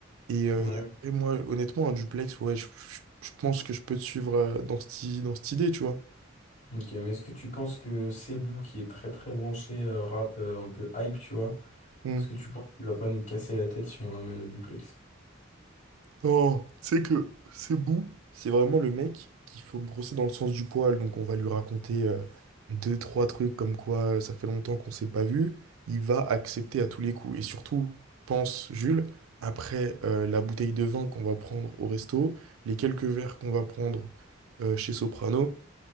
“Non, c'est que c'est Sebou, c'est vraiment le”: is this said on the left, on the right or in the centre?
Right